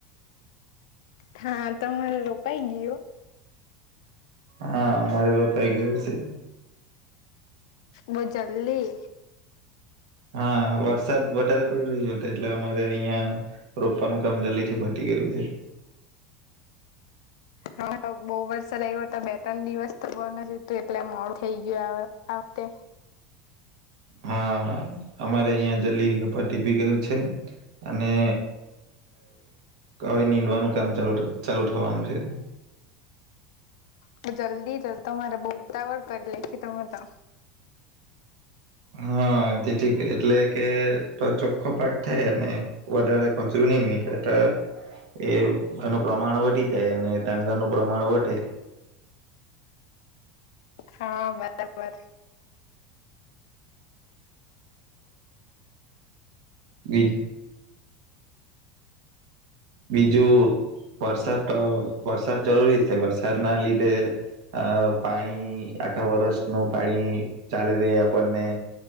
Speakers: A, on the left (about 80°); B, on the right (about 75°).
A: હા તમાર રોપાઈ ગયું?
B: હા અમારે રોપાઈ ગયું છે.
A: બો જલ્દી
B: હા વરસાદ વધારે પડી રહ્યો તો એટલે અમારે અહિયાં રોપવાનું કામ જલ્દી થી પતિ ગયું છે.
A: હા તો બહુ વરસાદ આવિયો તો બે ત્રણ દિવસ તો બન જ હતું એટલે મોડુ થઈ ગયું આ વખતે
B: હા અમારે અહીંયા જલ્દી ગપ્પા <unintelligible> પતિબી ગયો છે. અને હવે નીંદવાનું કામ ચાલુ ચાલુ થવાનું છે.
A: તો જલ્દી જ તમારે બોવ ઉતાવળ કરી લાયખી તમે તો
B: હા જેથી એટલે કે ચોખ્ખો પાક થાય અને વધારે કચરું ની નીકળે તો એ એનું પ્રમાણ વધી જાય અને ડાંગરનું પ્રમાણ વધે
A: હા બરાબર.
B: બી બીજું વરસાદતો વરસાદ જરૂરી છે વરસાદના લીધે આ પાણી આખા વરષનું પાણી ચાલી રેય આપણને